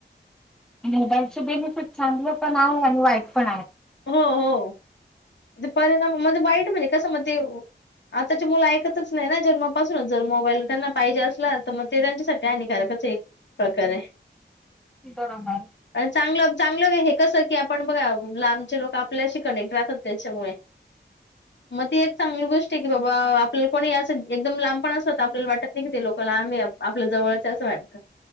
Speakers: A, in the centre; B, on the left.
A: नबाच बेनिफिट चांगलं पण आहे आणि वाईट पण आहे
B: हो हो ते परणा मध्ये वाईट म्हणजे कसं मग ते. आताचे मुलं ऐकतच नाही ना जन्मापासूनच जर मोबाईल त्यांना पाहिजे असला तर मग ते त्यांच्यासाठी. त्याानिकारकच एक प्रकारे.
A: बरोबर.
B: चांगलं चांगलं हे कसं की आपण बघा लहान. लोक आपल्याशी कनेक्ट राहतात त्याच्यामुळे मग ती एक चांगली गोष्ट आहे की बाबा आपल्याला कोणी असं एकदम लांबपण असत आपल्याला वाटत नाही की ते लोकला आम्ही आपल्या जवळच असं वाटतं